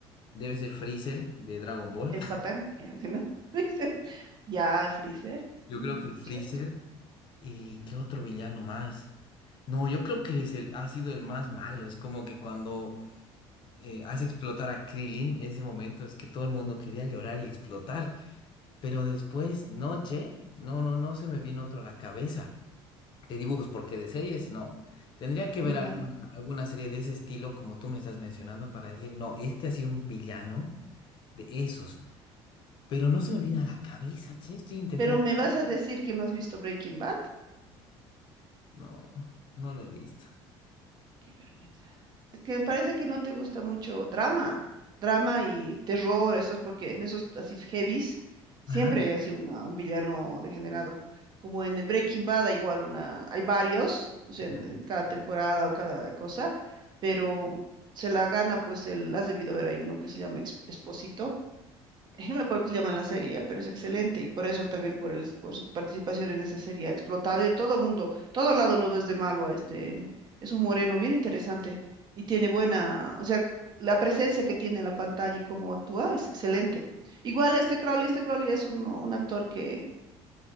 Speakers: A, on the left; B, on the right.
A: debe ser Freezer de Dragon Ball.
B: El
A: <laughs>
B: patán, eh, <laughs> ¿no? Dice, Ya, el freezer,
A: Yo
B: mm,
A: creo que el Freezer.
B: cierto,
A: ¿Y qué otro villano más? No, yo creo que es el- ha sido el más malo. Es como que cuando eh, hace explotar a Krillin, ese momento es que todo el mundo quería llorar y explotar. Pero después, noche, no, no, no se me viene otro a la cabeza. de dibujos, porque de series no. Tendría que ver Mm.
B: ya.
A: alguna, alguna serie de ese estilo, como tú me estás mencionando, para decir, no, este ha sido un villano de esos. Pero no se me viene a la cabeza, che, estoy intentando.
B: Pero me vas a decir que no has visto Breaking Bad.
A: No, no lo he visto.
B: Qué vergüenza. Es que me parece que no te gusta mucho drama, drama y terror, Eso es porque en esos así heavies siempre
A: Ajá.
B: hay así una, un villano degenerado. Como en Breaking Bad hay igual una, hay varios, o sea, en,
A: Ya.
B: en cada temporada o cada cosa, pero se la gana, pues el, has debido ver, hay uno que se llama Ex- Expósito. eh, no me acuerdo qué se llama la serie, ya, pero es excelente y por eso él también, por, el, por su participación en esa serie, ha explotado y todo mundo, todo lado lo ves de malo a este, es un moreno bien interesante y tiene buena, o sea, la presencia que tiene en la pantalla y cómo actúa es excelente. Igual este Crowley, este Crowley es un, un actor que